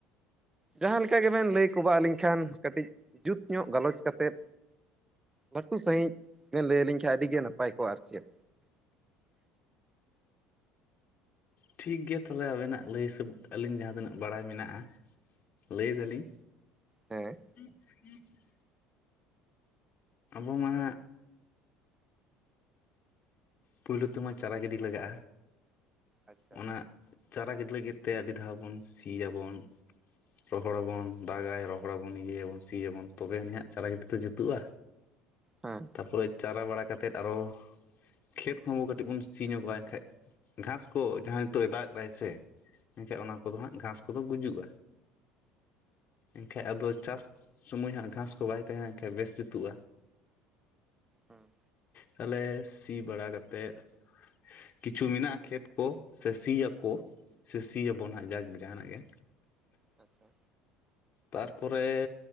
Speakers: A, on the right; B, on the left.
A: ᱡᱟᱦᱟᱸ ᱞᱮᱠᱟ ᱜᱮᱵᱮᱱ ᱞᱟᱹᱭ ᱠᱚᱵᱟᱜ ᱟᱹᱞᱤᱧ ᱠᱷᱟᱱ ᱠᱟᱹᱴᱤᱡ ᱡᱩᱛ ᱧᱚᱜ ᱜᱟᱞᱚᱪ ᱠᱟᱛᱮᱫ᱾ ᱞᱟᱹᱴᱩ ᱥᱟᱺᱦᱤᱡ ᱵᱮᱱ ᱞᱟᱹᱭ ᱟᱹᱞᱤᱧ ᱠᱷᱟᱱ ᱟᱹᱰᱤ ᱜᱮ ᱱᱟᱯᱟᱭ ᱠᱚᱜ-ᱟ ᱟᱨ ᱪᱮᱫ᱾
B: ᱴᱷᱤᱠ ᱜᱮᱭᱟ ᱛᱟᱦᱞᱮ ᱟᱵᱮᱱᱟᱜ ᱞᱟᱹᱭ ᱦᱤᱥᱟᱹᱵ ᱛᱮ ᱟᱹᱞᱤᱧ ᱡᱟᱦᱟᱸ ᱛᱤᱱᱟᱹᱜ ᱵᱟᱲᱟᱭ ᱢᱮᱱᱟᱜ-ᱟ᱾ ᱞᱟᱹᱭ ᱫᱟᱹᱞᱤᱧ,
A: ᱦᱮᱸ
B: <inaudible> ᱟᱵᱚ ᱢᱟ ᱯᱩᱭᱞᱩ ᱛᱮᱢᱟ ᱪᱟᱨᱟ ᱜᱤᱰᱤ ᱞᱟᱜᱟᱜ-ᱟ᱾
A: ᱟᱪᱪᱷᱟ
B: ᱚᱱᱟᱜ ᱪᱟᱨᱟ ᱜᱤᱰᱤ ᱞᱟᱹᱜᱤᱫ ᱛᱮ ᱟᱹᱰᱤ ᱫᱷᱟᱣ ᱵᱚᱱ ᱥᱤᱭᱟᱵᱚᱱ᱾ ᱨᱚᱦᱚᱲ ᱟᱵᱚᱱ ᱫᱟᱜᱟᱭ ᱨᱚᱦᱚᱲ ᱟᱵᱚᱱ ᱤᱭᱟᱹᱭᱟᱵᱚᱱ ᱥᱤᱭᱟᱵᱚᱱ ᱛᱚᱵᱮ ᱟᱱᱮᱦᱟᱜ ᱪᱟᱨᱟ ᱜᱤᱰᱤ ᱛᱚ ᱡᱩᱛᱩᱜ-ᱟ᱾
A: ᱦᱮᱸ
B: ᱛᱟᱯᱚᱨᱮ ᱪᱟᱨᱟ ᱵᱟᱲᱟ ᱠᱟᱛᱮᱫ ᱟᱨᱚ ᱠᱷᱮᱛ ᱠᱚᱦᱚᱸ ᱠᱟᱹᱴᱤᱡ ᱵᱚᱱ ᱥᱤ <unintelligible> ᱱᱠᱷᱟᱡ᱾ ᱜᱷᱟᱥ ᱠᱚ ᱡᱟᱦᱟᱸ ᱱᱤᱛᱚᱜ ᱫᱟᱜ ᱫᱟᱭ ᱥᱮ ᱮᱱᱠᱟᱡ ᱚᱱᱟ ᱠᱚᱫᱚ ᱦᱟᱸᱜ ᱜᱷᱟᱥ ᱠᱚᱫᱚ ᱜᱩᱡᱩᱜᱼᱟ᱾ ᱮᱱᱠᱷᱟᱡ ᱟᱫᱚ ᱪᱟᱥ ᱥᱩᱚᱢᱚᱭ ᱦᱟᱸᱜ ᱜᱷᱟᱸᱥ ᱠᱚ ᱵᱟᱭ ᱛᱟᱦᱮᱱᱟ ᱮᱱᱠᱷᱟᱡ ᱵᱮᱥ ᱡᱩᱛᱩᱜᱼᱟ᱾
A: ᱦᱩᱸ᱾
B: ᱛᱟᱞᱦᱮ ᱥᱤ ᱵᱟᱲᱟ ᱠᱟᱛᱮᱫ ᱠᱤᱪᱷᱩ ᱢᱮᱱᱟᱜᱼᱟ ᱠᱷᱮᱛ ᱠᱚ ᱥᱮ ᱥᱤᱭᱟᱠᱚ, ᱥᱮ ᱥᱤᱭᱟᱵᱚᱱ ᱦᱟᱸᱜ ᱡᱟᱠ ᱡᱟᱦᱟᱱᱟᱜ ᱜᱮ,
A: ᱟᱪᱪᱷᱟ᱾
B: ᱛᱟᱨᱯᱚᱨᱮ